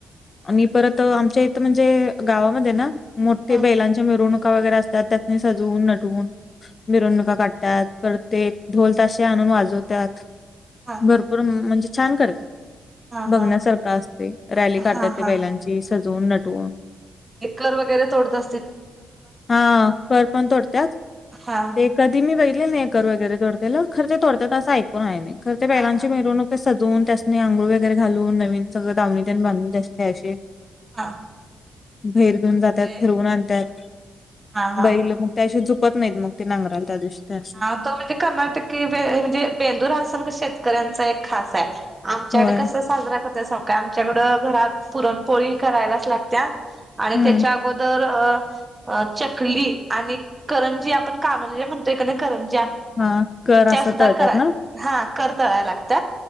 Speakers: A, on the left; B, on the right.
A: मी परत आमच्या इथं म्हणजे गावामध्ये ना, मोठे
B: हा
A: बैलांच्या मिरवणुका वगैरे असतात त्या सजवून नटवून मिरवणुका काढतात. परत ते ढोल ताशे आणून वाजवत्यात
B: हा
A: भर पूर म्हणजे छान करतात.
B: हा
A: बघण्यासारखं
B: हा
A: असत ते. रॅली काढतात
B: हा
A: ते
B: हा
A: बैलांची सजवून नटवून.
B: एकल वगैरे थोडंतात
A: हा. कर पण तोडत्यात.
B: हा
A: ते कधी मी बघितलेल नाही. कर वगैरे तोडतेल खरं ते तोडतात असं ऐकुण आहे मी खर ते
B: हा
A: बैलांची
B: हा
A: मिरवणूक सजवून. त्यासनी आंघोळ वगैरे घालून. नवीन सगळं दावणी तेन बांधून. त्यासनी त्या दिवशी
B: हा.
A: बाहेर घेऊन जात्यात.
B: ते
A: फिरवून आणतात
B: हा हा
A: बैल मग त्या शिवाय झुपत नाहीत मग ते नांगराला त्या दिवशी त्यासनी.
B: हा तो म्हणजे कर्नाटकी बे म्हणजे बेंदूर हा सण शेतकऱ्यांचा एक खास आहे. आमच्याकडे
A: होय
B: कस साजरा करत्यात सांगू काय. आमच्याकडं घरात पुरणपोळी करायलाच लागत्या. आणि
A: हम्म
B: त्याच्या अगोदर अ चकली आणि करंजी आपण कानुल्या म्हणतोय कणी करंज्या
A: हा कर
B: त्या
A: असं
B: सुद्धा
A: तळत्यात
B: कराय
A: ना.
B: हा कर तळाय लागत